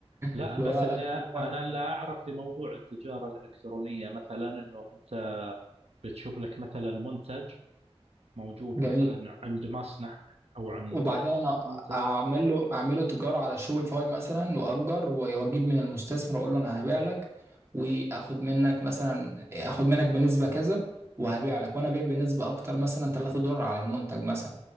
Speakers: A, on the right; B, on the right.
A: لا
B: اللي
A: بس
B: هو على
A: اني
B: شوبيفاي
A: انا لا اعرف في موضوع التجارة الالكترونية مثلا انه انت بتشوف لك مثلا منتج موجود
B: جميل
A: مثلا عند مصنع او عند
B: وبعدين انا
A: منتج
B: اعمل له اعمله تجاره على شوبيفاي مثلا واجر واجيب من المستثمر اقول له انا هبيع لك واخد منك مثلا اخد منك بنسبه كذا وهبيع لك وانا بيع بنسبه اكتر مثلا 3 دولار على المنتج مثلا